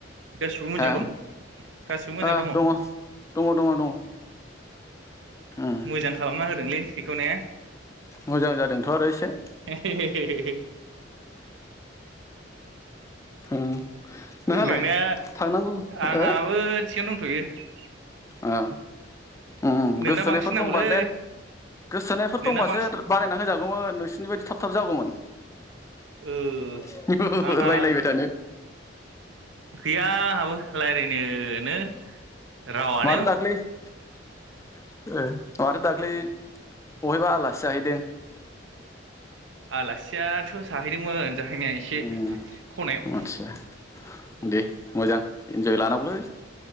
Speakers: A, on the right; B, on the left.
A: गासिबो मोजां
B: हा आ
A: दं गासिबो मोजां
B: दङ दङ दङ दङ। उम
A: मोजां खालामना होदोंलै बेखौ ने।
B: मोजां जादोंथ' आरो एसे।
A: <unintelligible>
B: उम नोंहालाय
A: नोंना
B: थांनांगौ
A: आंहाबो
B: ओ
A: थिगानो दंथ'यो। <inaudible>
B: अ। उम
A: नोंना
B: गोसोथोनायफोर
A: बांसिन नांगौलै
B: दंबा देन गोसोथोनायफोर
A: नोंना
B: दंबासो
A: बांसिन
B: बानायना होजागौमोन नोंसिनि बायदि थाब थाब जागौमोन।
A: ओ
B: <unintelligible>
A: आंहा
B: रायलायबाय थानो।
A: गैया आंहाबो रायलायनोनो रावा
B: माथो दाख्लै ओ माथो दाख्लै बहायबा आलासि जाहैदों?
A: आलासियाथ' जाहैदोंमोन। जाहैनाया एसे
B: उम
A: ख'नायाव।
B: आदसा दे मोजां इन्जय लानांगौलै।